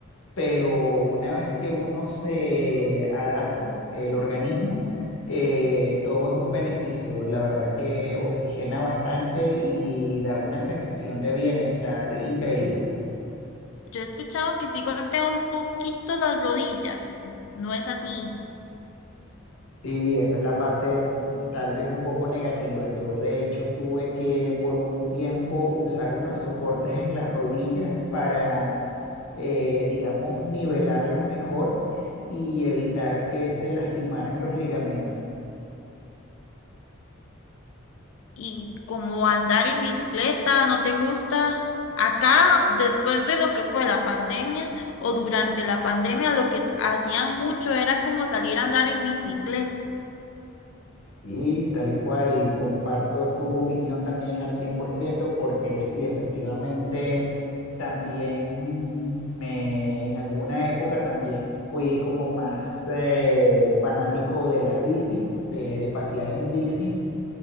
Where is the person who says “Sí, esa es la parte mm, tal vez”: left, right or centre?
Left